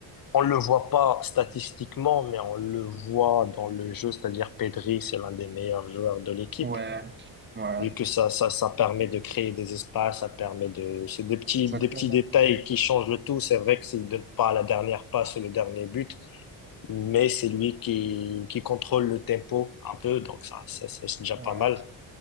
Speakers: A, on the left; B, on the right.
A: On le voit pas statistiquement, mais on le voit dans le jeu, c'est-à-dire Pedri, c'est l'un des meilleurs joueurs de l'équipe
B: Ouais, ouais,
A: vu que ça, ça, ça permet de créer des espaces, ça permet de, c'est des petits,
B: exactement.
A: des petits détails qui changent le tout. C'est vrai que s'il donne pas la dernière passe ou le dernier but, mais c'est lui qui, qui contrôle le tempo un peu, donc ça, ça, ça, c'est déjà
B: Ouais,
A: pas mal.